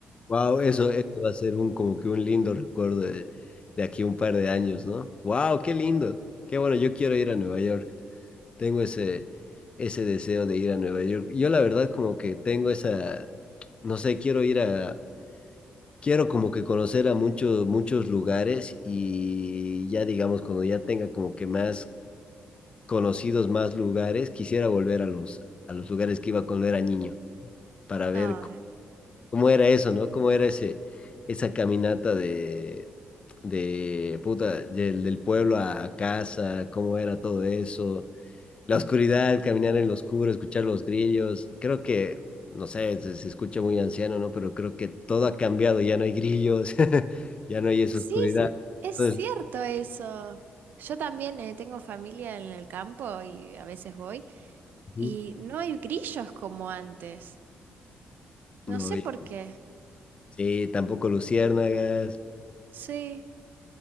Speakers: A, on the left; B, on the right.
A: Wow, eso, eso va a ser un como que un lindo recuerdo de, de aquí un par de años, ¿no? Wow, qué lindo. Qué bueno, yo quiero ir a Nueva York. Tengo ese, ese deseo de ir a Nueva York. Yo la verdad como que tengo esa, no sé, quiero ir a, quiero como que conocer a muchos, muchos lugares y ya digamos, cuando ya tenga como que más conocidos, más lugares, quisiera volver a los, a los lugares que iba cuando era niño para ver
B: Ay,
A: ¿Cómo era eso, no? ¿Cómo era ese, esa caminata de, de puta, del, del pueblo a, a casa? ¿Cómo era todo eso? La oscuridad, caminar en lo oscuro, escuchar los grillos. Creo que, no sé, se, se escucha muy anciano, ¿no? Pero creo que todo ha cambiado, ya no hay grillos, <laughs> ya no hay esa
B: sí,
A: oscuridad.
B: se- es
A: Entonces,
B: cierto eso. Yo también eh, tengo familia en el campo y a veces voy
A: ujú,
B: y no hay grillos como antes.
A: no,
B: No sé
A: y-
B: por qué.
A: sí, tampoco luciérnagas.
B: Sí,